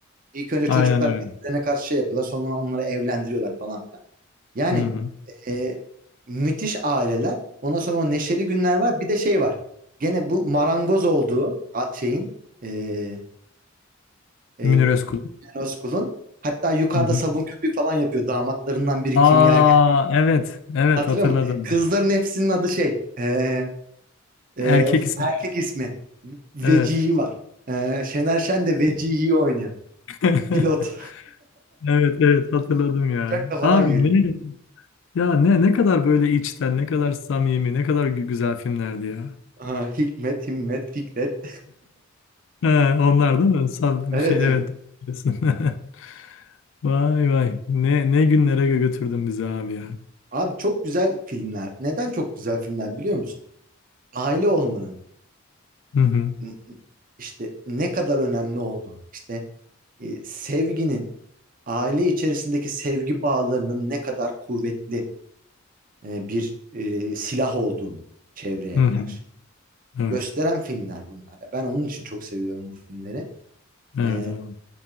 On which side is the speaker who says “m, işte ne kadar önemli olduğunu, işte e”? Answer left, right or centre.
Right